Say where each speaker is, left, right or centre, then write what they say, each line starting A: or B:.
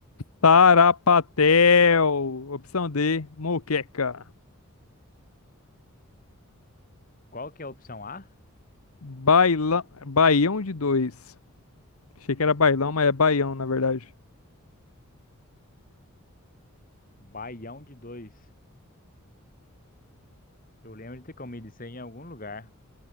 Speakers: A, on the left; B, on the left.
A: Tarapatel. Opção D, moqueca.
B: Qual que é a opção A?
A: Bailão, Baião de dois. Achei que era bailão, mas é baião, na verdade.
B: Baião de dois. Eu lembro de ter comido isso aí em algum lugar.